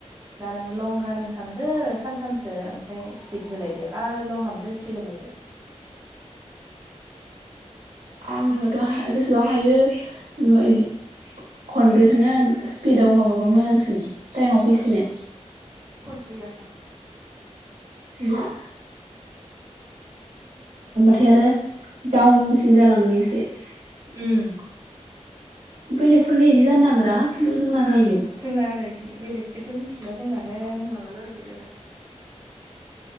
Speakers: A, on the right; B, on the right.
A: दा नोङो लं रानिं खालामदो। सानथामसो ओमफ्राय स्पिद होलायदो आरो लं खामदो स्पिद होलायदो ।
B: आंनिबाथ'
A: बिदिबासो
B: हा जेसेबां हायो <unintelligible> खनब्रैखौनो स्पिडाव माबाबा मोजांसिन । थाइमाव फैसिनो
A: गैयाना ।
B: जोंहा आमफाय आरो डाउनसिन जालाङो एसे ।
A: उम ।
B: बेलेगफोरनि इदि जानो नागिरा खिन्थु जोंना जायो।
A: जोंना आरो इदि बेलेग खोथ' मिथिला जोंनानो माबा जाबाय थायो आरो।